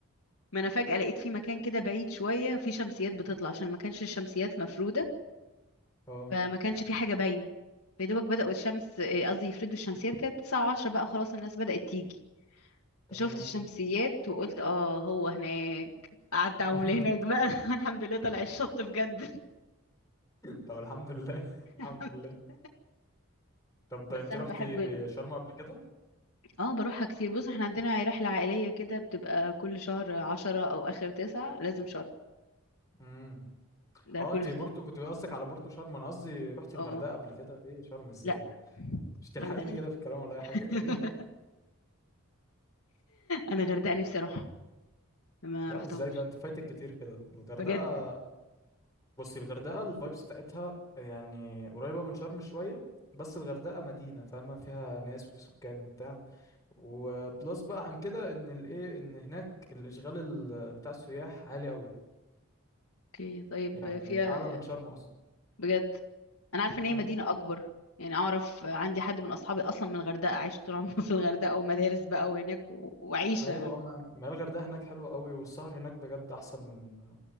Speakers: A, on the left; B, on the left.
A: ما انا فجاه لقيت في مكان كده بعيد شويه في شمسيات بتطلع عشان ما كانش الشمسيات مفروده
B: اه
A: فما كانش في حاجه باينه فيدوبك بداوا الشمس إيه قصدي يفردوا الشمسيات كانت الساعه 10 بقى خلاص الناس بدات تيجي
B: تمام
A: فشفت الشمسيات وقلت اه هو هناك قعدت اعوم
B: <laughs>
A: هناك بقى <laughs> الحمد لله طلع الشط بجد
B: طب الحمد لله <laughs> الحمد
A: <laughs>
B: لله طب
A: بس
B: انت
A: انا
B: رحتي
A: بحب ال...
B: شرم قبل كده
A: اه بروحها كتير بص احنا عندنا رحله عائليه كده بتبقى كل شهر عشرة او اخر تسعة لازم شرم
B: امم
A: ده
B: اه
A: كل
B: انت بورتو
A: سنه
B: كنت قصدك على بورتو شرم انا قصدي رحتي
A: اه
B: الغردقه قبل كده ايه شرم ازاي
A: لا
B: يعني؟ مش تلحقيني
A: غردقه
B: كده في الكلام
A: <laughs>
B: ولا اي حاجه قولي
A: انا غردقه نفسي اروح ما
B: لا
A: رحتهمش
B: ازاي بقى انت فايتك كتير كده الغردقه
A: بجد
B: بصي الغردقة الفايبس بتاعتها يعني قريبة من شرم شوية بس الغردقة مدينة فاهمة فيها ناس وفي سكان وبتاع وبلس بقى عن كده ان الايه ان هناك الاشغال ال- بتاع السياح عالي قوي
A: اوكي طيب
B: يعني
A: فيها
B: اعلى من شرم اصلا
A: بجد انا عارفه ان
B: امم
A: هي مدينه اكبر يعني اعرف عندي حد من اصحابي اصلا من الغردقه عايش طول عمره <laughs> في الغردقه ومدارس بقى وهناك و... وعيشه
B: ايوه اما ما الغردقة هناك حلوة قوي والسهر هناك بجد احسن من